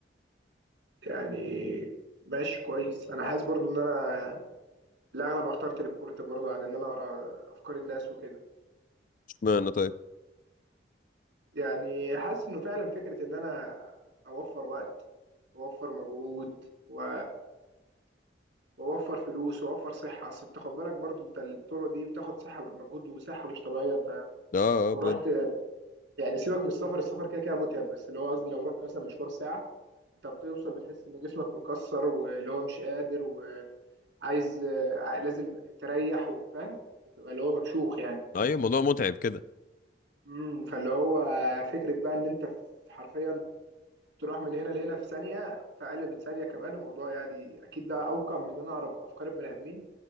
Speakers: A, on the right; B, on the left.
A: يعني ماشي كويس انا حاسس برضو ان انا في الاغلب هختار تليبورت برضو عن ان انا اقرا افكار الناس وكده
B: اشمعنى طيب
A: يعني حاسس انه فعلا فكره ان انا اوفر وقت واوفر مجهود و... واوفر فلوس واوفر صحه اصل انت خد بالك برضو انت الطرق دي بتاخد صحه مجهود وصحه مش طبيعيه انت
B: اه اه
A: لو
B: بجد
A: رحت يعني سيبك من السفر السفر كده كده متعب بس اللي هو قصدي لو رحت مثلا مشوار ساعة انت بتوصل بتحس ان جسمك مكسر واللي هو مش قادر وعايز ع- لازم تريح و- فاهم بتبقى اللي هو مفشوخ يعني
B: ايوه الموضوع متعب كده
A: امم فاللي هو فكرة بقى ان انت في- حرفيا تروح من هنا لهنا في ثانية في اقل من ثانية كمان الموضوع يعني اكيد ده اوقع من ان انا اقرا افكار البني ادمين